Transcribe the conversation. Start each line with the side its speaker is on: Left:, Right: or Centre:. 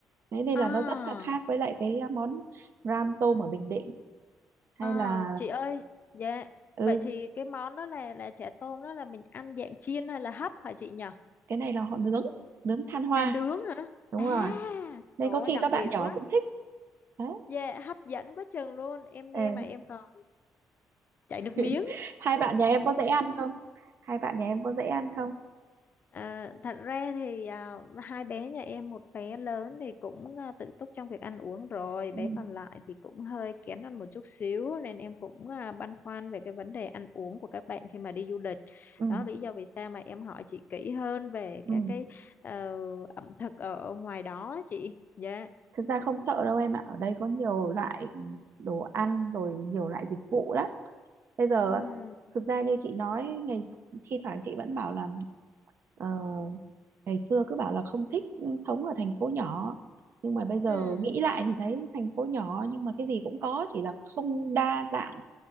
Right: đấy nên
Left: à
Right: là nó rất là khác với lại cái món ram tôm ở Bình Định hay
Left: À,
Right: là
Left: chị ơi, dạ.
Right: ừ
Left: Vậy thì cái món đó là là chả tôm đó là mình ăn dạng chiên hay là hấp hả chị nhỉ?
Right: cái này là họ nướng nướng than hoa
Left: À nướng hả?
Right: đúng
Left: À,
Right: rồi nên
Left: trời
Right: có
Left: ơi
Right: khi
Left: đặc
Right: các bạn
Left: biệt
Right: nhỏ
Left: quá.
Right: cũng thích đấy
Left: Dạ hấp dẫn quá chừng luôn. Em
Right: ừ.
Left: nghe mà em còn chảy nước miếng.
Right: <laughs> hai bạn nhà em có dễ ăn không hai bạn nhà em có dễ ăn không
Left: À, thật ra thì à, hai bé nhà em một bé lớn thì cũng à, tự túc trong việc ăn uống rồi bé
Right: ừ.
Left: còn lại thì cũng hơi kén ăn một chút xíu nên em cũng à, băn khoăn về cái vấn đề ăn uống của các bạn khi mà đi du lịch
Right: Ừ.
Left: đó lý do vì sao mà em hỏi chị kỹ hơn về
Right: Ừ.
Left: các cái ờ, ẩm thực ở ngoài đó á chị dạ
Right: thực ra không sợ đâu em ạ ở đây có nhiều loại đồ ăn rồi nhiều loại dịch vụ lắm bây giờ
Left: ừ
Right: á, thực ra như chị nói ngày thi thoảng chị vẫn bảo là ờ, ngày xưa cứ bảo là không thích sống ở thành phố nhỏ nhưng mà bây giờ
Left: ừ
Right: nghĩ lại thì thấy thành phố nhỏ nhưng mà cái gì cũng có chỉ là không đa dạng